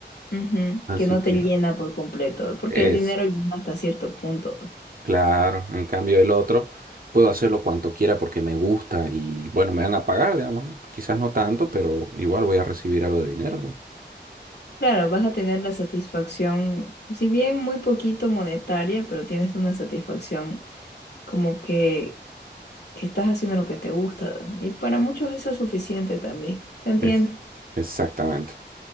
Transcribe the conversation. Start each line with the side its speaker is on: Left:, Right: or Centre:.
Left: Ujú,
Right: Así
Left: Que no
Right: que...
Left: te llena por completo, porque
Right: Es,
Left: el dinero llena hasta cierto punto.
Right: Claro, en cambio el otro puedo hacerlo cuanto quiera porque me gusta y bueno, me van a pagar, digamos, ¿no? quizás no tanto, pero igual voy a recibir algo de dinero. ¿no?
Left: Claro, vas a tener la satisfacción, si bien muy poquito monetaria, pero tienes una satisfacción como que que estás haciendo lo que te gusta. Y para muchos eso es suficiente también. Te entiendo.
Right: Es. Exactamente.